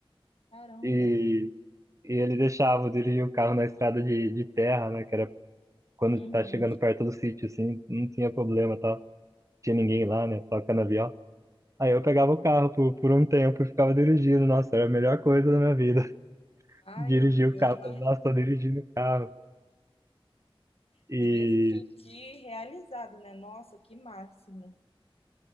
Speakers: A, on the left; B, on the right.
A: Caramba.
B: e, e ele deixava eu dirigir o carro na estrada de, de terra, né, que era quando
A: Uhum.
B: tá chegando perto do sítio, assim, não tinha problema, tá? tinha ninguém lá, né? Só canavial. Aí eu pegava o carro por, por um tempo e ficava dirigindo. Nossa, era a melhor coisa da minha vida. <laughs>
A: Ah,
B: Dirigir
A: eu, eu,
B: o
A: eu
B: carro.
A: imagino.
B: Falei, Nossa, tô dirigindo o carro. E,
A: Devia se sentir realizado, né? Nossa, que máximo.